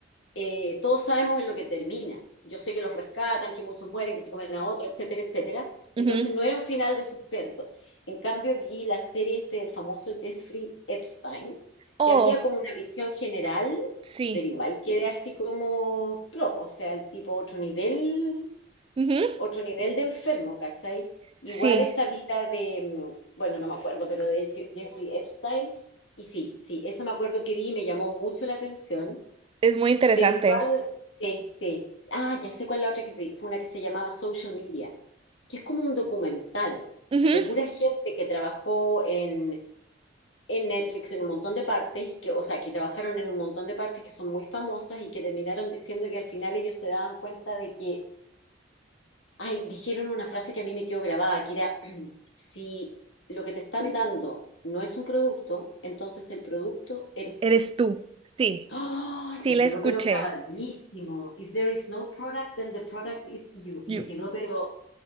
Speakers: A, on the left; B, on the right.
A: eh, todos sabemos en lo que termina. Yo sé que los rescatan, que muchos mueren, que se comen a otro, etcétera, etcétera. Entonces
B: Ujú.
A: no era un final de suspenso. En cambio, vi la serie este del famoso Jeffrey Epstein,
B: Oh,
A: que había como una visión general,
B: sí.
A: pero igual quedé así como plop, o sea, el tipo otro nivel,
B: Ujú.
A: otro nivel de enfermo, ¿cachai? Igual
B: Sí,
A: esta vida de, mm, bueno, no me acuerdo, pero de Je- Jeffrey Epstein, y sí, sí, esa me acuerdo que vi y me llamó mucho la atención.
B: es muy interesante.
A: Pero igual, sí, sí. Ah, ya sé cuál es la otra que vi. Fue una que se llamaba Social Media, que es como un documental
B: Ujú.
A: de pura gente que trabajó en, en Netflix en un montón de partes, y que, o sea, que trabajaron en un montón de partes que son muy famosas y que terminaron diciendo que al final ellos se daban cuenta de que, ay, dijeron una frase que a mí me quedó grabada, que era, <clears throat> si lo que te están dando no es un producto, entonces el producto eres
B: Eres
A: tú.
B: tú. Sí,
A: ¡Ay!
B: sí
A: me
B: la
A: quedó
B: escuché.
A: pero grabadísimo. If there is no product, then the product is you. Y
B: You.
A: me quedó pero,